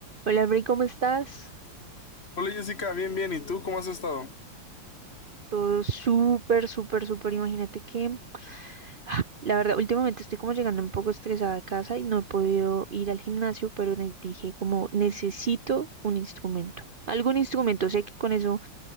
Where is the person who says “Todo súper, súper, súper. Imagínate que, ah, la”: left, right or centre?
Right